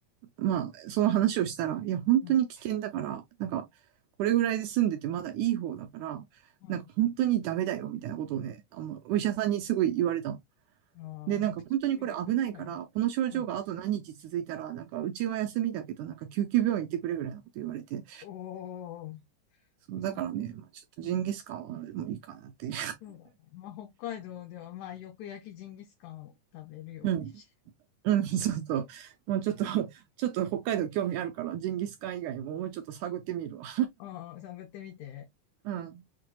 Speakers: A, on the right (about 75°); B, on the left (about 75°).
A: まあ、その話をしたら、いや、本当に危険だから、
B: うん、
A: なんか、これぐらいで住んでてまだいい方だから、
B: うん。
A: なんか本当にダメだよ、みたいなことをね、あの、お医者さんにすごい言われたの。
B: ああ、
A: で、
B: もう口コミで書きたいな。
A: なんか本当にこれ危ないから、この症状があと何日続いたら、
B: うん。
A: なんかうちは休みだけど、なんか救急病院行ってくれぐらいのこと言われて、
B: おー、
A: そう、
B: そう、
A: だからね、まあ、ちょっとジンギスカンはもういいかなっていう。
B: うん、そうだね。まあ、北海道では、まあ、よく焼きジンギスカンを食べるようにし。
A: <laughs> うん。うん、そうそう。もうちょっと、ちょっと北海道興味あるから、ジンギスカン以外ももうちょっと探ってみるわ。
B: <laughs> ああ、探ってみて。
A: うん。